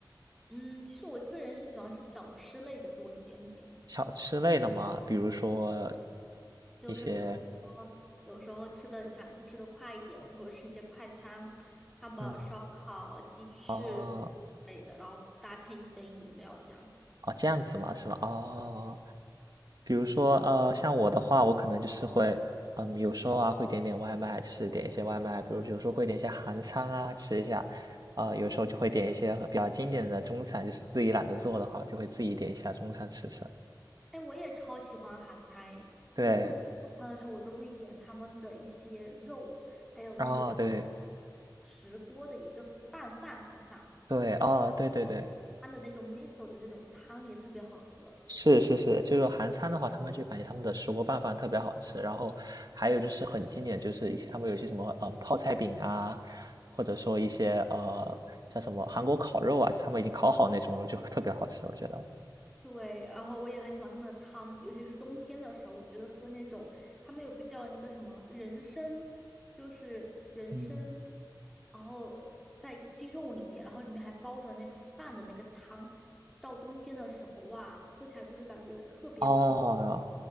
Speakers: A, in the centre; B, on the right.
A: 嗯，其实我个人是喜欢吃小吃类的多一点点。
B: 小吃类的嘛，比如说
A: 就是比如说有时候吃的想吃的快一点，
B: 一些
A: 我就会吃一些快餐，汉堡、
B: 嗯。
A: 烧烤、鸡翅之类的，
B: 哦，
A: 然后搭配一杯饮料这样。
B: 哦，这样子嘛，是吧？哦，比如说，呃，像我的话，我可能就是会，嗯，有时候啊会点点外卖，就是点一些外卖，比如有时候会点一些韩餐啊吃一下，啊、有时候就会点一些比较经典的中餐，就是自己懒得做的话，就会自己点一下中餐吃吃。
A: 哎，我也超喜欢韩餐诶每次我晚餐的时候，
B: 对，
A: 我都会点他们的一些肉，还有那个叫
B: 哦，对
A: 石锅的一个拌饭，好像
B: 对，哦，对对对。
A: 它的那种 miso 的那种汤也特别好喝。
B: 是是是，就是韩餐的话，他们就感觉他们的石锅拌饭特别好吃，然后还有就是很经典，就是一些他们有些什么嗯、呃泡菜饼啊，或者说一些呃叫什么韩国烤肉啊，他们已经烤好那种肉就特别好吃，我觉得，
A: 对，然后我也很喜欢他们的汤，尤其是冬天的时候，我觉得喝那种他们有个叫那个什么人参，就是人参，
B: 嗯，
A: 然后在一个鸡肉里面，然后里面还包着那个饭的那个汤，到冬天的时候，哇，喝起来就是感觉特别补。
B: 哦，